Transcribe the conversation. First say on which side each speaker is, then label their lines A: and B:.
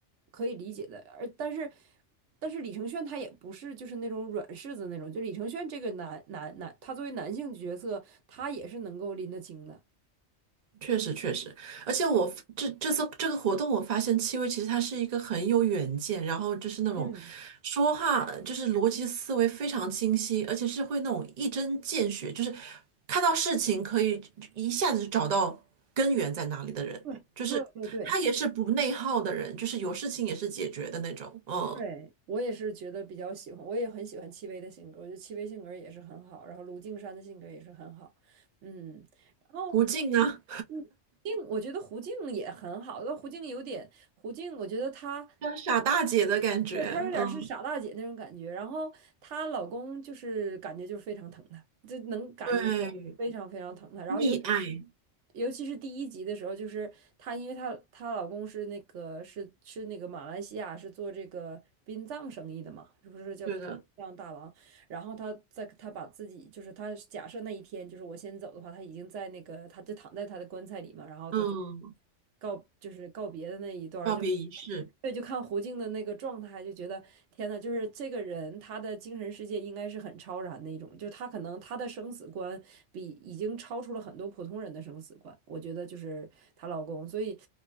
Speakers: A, on the right; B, on the right.
A: 可以理解的。而但是但是李承铉他也不是就是那种软柿子那种，就李承铉这个男男男，他作为男性角色，他也是能够拎得清的。
B: 确实确实，而且我这这次这个活动，我发现戚薇其实她是一个很有远见，然后就是那种
A: 嗯，
B: 说话就是逻辑思维非常清晰，而且是会那种一针见血，就是看到事情可以一下子就找到根源在哪里的人，
A: 对对，
B: 就是她也是不内耗的人，
A: 对对
B: 就是有事情也是解决的那种。嗯，
A: 对，我也是觉得比较喜欢，我也很喜欢戚薇的性格，我觉得戚薇性格也是很好，然后卢靖姗的性格也是很好，嗯，然后。
B: 胡静啊，
A: 嗯，静，我觉得胡静也很好，但胡静有点，胡静，我觉得她，
B: 像傻大姐的感觉。
A: 对，她有点儿是傻大姐那种感觉。
B: 嗯，
A: 然后她老公就是感觉就是非常疼她，就能感觉出非常非常疼她。
B: 对，
A: 然后尤
B: 溺爱，
A: 尤其是第一集的时候，就是她，因为她她老公是那个是是那个马来西亚是做这个殡葬生意的嘛，是不是叫殡葬大王？
B: 对的。
A: 然后他在他把自己就是他假设那一天就是我先走的话，他已经在那个他就躺在他的棺材里嘛，然后他就
B: 嗯，
A: 告就是告别的那一段儿就。
B: 告别仪式。
A: 对，就看胡静的那个状态，就觉得天呐，就是这个人他的精神世界应该是很超然的一种，就是他可能他的生死观比已经超出了很多普通人的生死观，我觉得就是她老公，所以。